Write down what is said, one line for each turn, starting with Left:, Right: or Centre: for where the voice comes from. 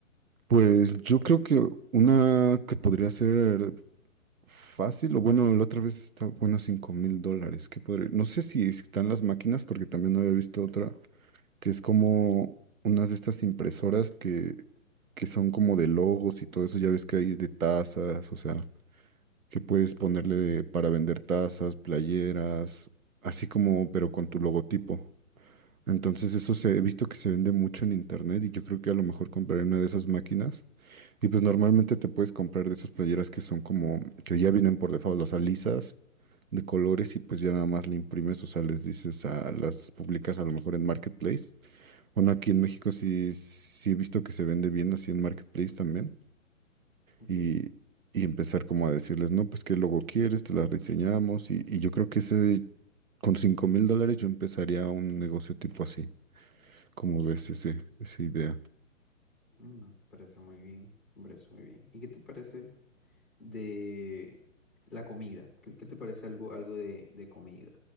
Right: Pues yo creo que una que podría ser fácil, o bueno, la otra vez está, bueno, 5 mil dólares, que podría, no sé si están las máquinas, porque también no había visto otra. que es como unas de estas impresoras que, que son como de logos y todo eso, ya ves que hay de tazas, o sea, que puedes ponerle de- para vender tazas, playeras, así como, pero con tu logotipo. Entonces eso se, he visto que se vende mucho en internet y yo creo que a lo mejor compraré una de esas máquinas. Y pues normalmente te puedes comprar de esas playeras que son como, que ya vienen por default, las alisas de colores y pues ya nada más le imprimes, o sea, les dices a las publicas a lo mejor en Marketplace bueno, aquí en México sí, sí he visto que se vende bien así en Marketplace también.
Centre: Ok,
Right: Y, y empezar como a decirles, no, pues qué logo quieres, te la diseñamos. Y, y yo creo que ese, con cinco mil dólares yo empezaría un negocio tipo así. como ves ese, esa idea
Centre: Mm, me parece muy bien, me parece muy bien. ¿Y qué te parece de la comida? ¿Qué, qué te parece algo, algo de, de comida?